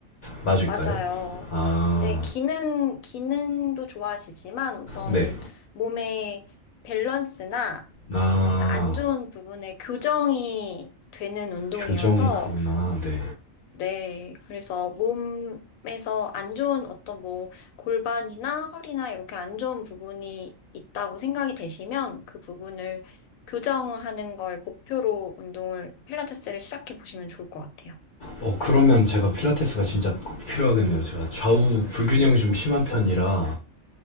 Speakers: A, on the left (about 50°); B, on the left (about 85°).
A: 맞을까요?
B: 맞아요.
A: 아,
B: 네, 기능, 기능도 좋아지지만 우선
A: 네.
B: 몸의 밸런스나
A: 아,
B: 이제 안 좋은 부분에 교정이 되는 운동이어서,
A: 교정이 그구나. 네.
B: 네. 그래서 몸에서 안 좋은 어떤 뭐 골반이나 허리나 이렇게 안 좋은 부분이 있다고 생각이 되시면 그 부분을 교정하는 걸 목표로 운동을, 필라테스를 시작해 보시면 좋을 것 같아요.
A: 어, 그러면 제가 필라테스가 진짜 꼭 필요하겠네요. 제가 좌우 불균형이 좀 심한 편이라